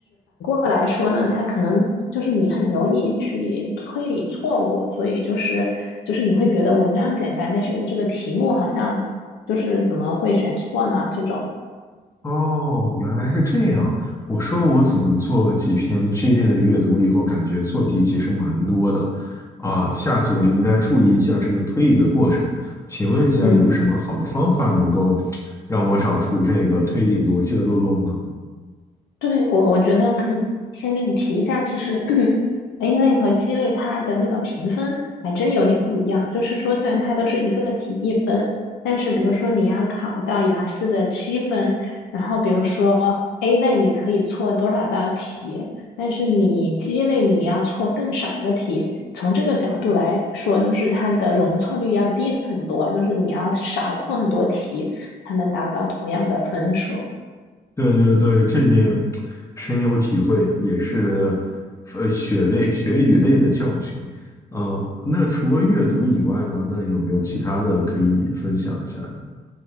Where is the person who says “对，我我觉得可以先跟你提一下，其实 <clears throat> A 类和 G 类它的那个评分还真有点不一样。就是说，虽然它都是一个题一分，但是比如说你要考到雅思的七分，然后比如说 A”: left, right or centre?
Left